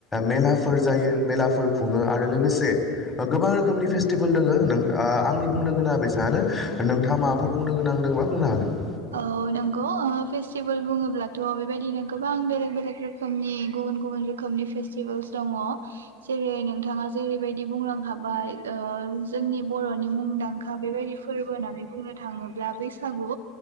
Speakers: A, on the left; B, on the right.
A: मेलाफोर जायो मेलाफोर खुङो आरो लोगोसे गोबां रोखोमनि फेस्टिभेल दङ आंनि बुंनो गोनाङा बेसांआनो नोंथाङा माबाफोर बुंनो गोनां गोनांदोंबा बुंनो हागोन
B: औ नंगौ ओ फेस्टिभेल बुङोब्लाथ' बेबायदिनो गोबां बेलेग - बेलेग रोखोमनि गुबुन गुबुन रोखोमनि फेस्टिभेलस दङ जेरै नोंथाङा जेरैबायदि बुंलांनो हाबाय ओ ओ जोंनि बर'नि मुंदांखा बेबायदि फोरबो होननानै बुंनो थाङोब्ला बैसागु